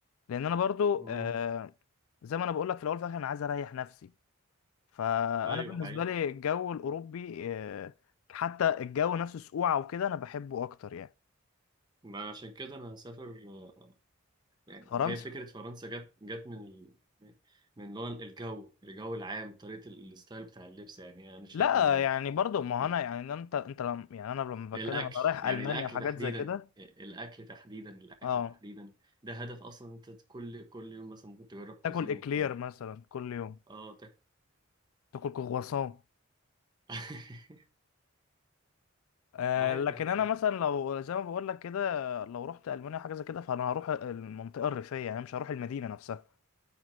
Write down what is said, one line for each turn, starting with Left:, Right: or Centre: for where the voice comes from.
Left: لان انا برضو
Right: مم.
Left: آه، زي ما انا بقول لك في الاول وفي الاخر انا عايز اريح نفسي فانا
Right: أيوة
Left: بالنسبه
Right: حقيقي
Left: لي الجو الاوروبي آه، حتى الجو نفسه سقوعه وكده انا بحبه اكتر يعني
Right: ما عشان كده أنا هسافر آه، يعني
Left: فرنسا
Right: هي فكرة فرنسا جت جت من ال... من اللي هو الجو الجو العام طريقة ال- الستايل بتاع اللبس يعني أنا شايف
Left: لا
Right: ال...
Left: يعني برضو ما هو
Right: ال-
Left: انا يعني انت انت لم يعني انا لما
Right: الأكل
Left: بتكلم انا رايح
Right: يعني
Left: المانيا
Right: الأكل
Left: وحاجات
Right: تحديدا
Left: زي كده
Right: الأكل تحديدا الأكل
Left: اه
Right: تحديدا ده هدف أصلا أنت كل كل يوم مثلا ممكن تجرب كوزين
Left: تاكل
Right: مختلف
Left: اكلير مثلا كل يوم
Right: اه تك...
Left: تاكل كرواسون
Right: <laughs>
Left: آه،
Right: عادي
Left: لكن
Right: يا عم
Left: انا مثلا لو زي ما بقول لك كده لو رحت المانيا حاجه زي كده فانا هروح المنطقه الريفيه يعني مش هروح المدينه نفسها